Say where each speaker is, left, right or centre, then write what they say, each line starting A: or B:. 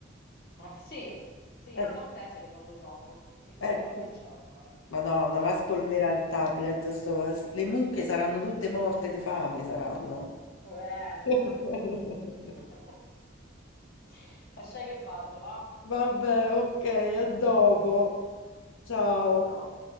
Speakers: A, on the left; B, on the left.
A: Eh, sì, sì, è
B: Eh,
A: da un mese che non lo tocco. Chissà
B: ecco.
A: quello che c'è ormai.
B: Madonna, va a spolverare il tablet, sto- le mucche saranno tutte morte di fame, saranno.
A: Poverelle.
B: <laughs>
A: <laughs> Lascia che vado, va?
B: Vabbè, ok, a dopo. Ciao.
A: A dopo.